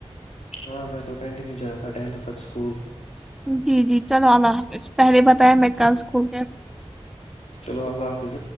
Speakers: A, on the left; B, in the centre.
A: ہاں میں تو کنٹینیو ج رہا تھا ٹینتھ تک اسکول <unintelligible>
B: جی جی چلو اللہ حافظ پہلے بتایا میں کلس کو گیا <unintelligible>
A: چلو اللہ حافظ